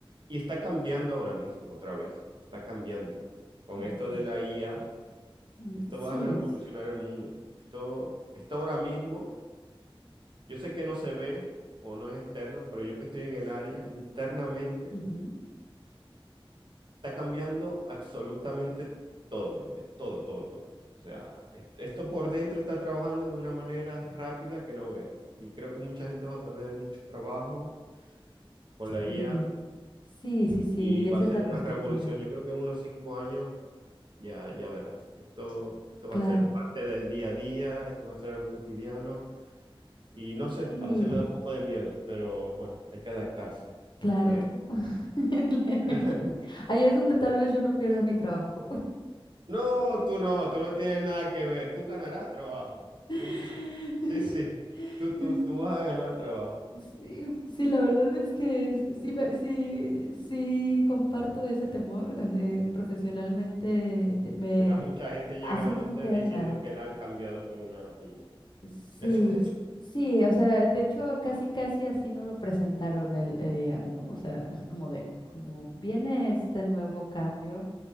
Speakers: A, on the right; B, on the left.
A: y está cambiando ahora mismo, otra vez. Está cambiando. Con
B: Ujú.
A: esto de la IA,
B: Mm,
A: esto
B: Sí
A: va a revolucionar
B: es.
A: el mundo. Esto, esto ahora mismo yo sé que no se ve o no es externo, pero yo que estoy en el área, internamente,
B: Ujú.
A: está cambiando absolutamente todo, Lidia. Todo, todo, todo. O sea, est- esto por dentro está trabajando de una manera rápida que no veas. Y creo que mucha gente va a perder muchos trabajos por la IA
B: Sí, sí, sí, sí, sí,
A: y va
B: esa
A: a ser
B: es la
A: una
B: perspectiva.
A: revolución. Yo creo que en unos cinco años ya, ya verás. Esto, esto va
B: Claro,
A: a ser parte del día a día, esto va a ser algo cotidiano. Y no sé,
B: sí,
A: a veces me da un poco de miedo, pero bueno, hay que adaptarse.
B: claro.
A: Hay que
B: <laughs>
A: <laughs>
B: Ahí es donde tal vez yo no pierda mi trabajo.
A: No, tú no, tú no tienes nada que ver. Tú ganarás trabajo. Tú,
B: <laughs> <laughs>
A: tú- <laughs> sí, sí, tú, tú, tú vas a ganar trabajo.
B: Sí, sí, la verdad es que es- sí, ve- sí, sí comparto ese temor. o sea, profesionalmente eh, me
A: Verás mucha gente llegándote
B: ha sido un tema.
A: diciendo que la han cambiado por una IA.
B: Sí,
A: <laughs>
B: sí, o sea, de hecho casi casi así no lo presentaron el, el día, ¿no? O sea, así como de, como viene este nuevo cambio,